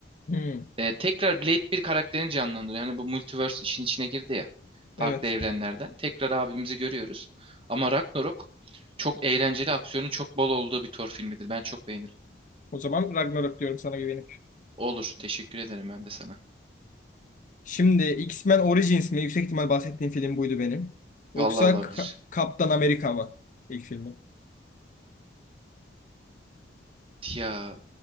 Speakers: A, on the left; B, on the right.
A: Hmm.
B: E, tekrar Blade bir karakterini canlandırıyor. Yani bu multiverse işin içine girdi ya. Farklı
A: Evet.
B: evrenlerden. Tekrar abimizi görüyoruz. Ama Ragnarok çok eğlenceli, aksiyonun çok bol olduğu bir Thor filmidir. Ben çok beğenirim.
A: O zaman Ragnarok diyorum sana güvenip.
B: Olur. Teşekkür ederim ben de sana.
A: Şimdi X-Men Origins mi? Yüksek ihtimal bahsettiğim film buydu benim. Yoksa
B: Vallahi olabilir.
A: Ka- Kaptan Amerika mı? İlk filmi.
B: Ya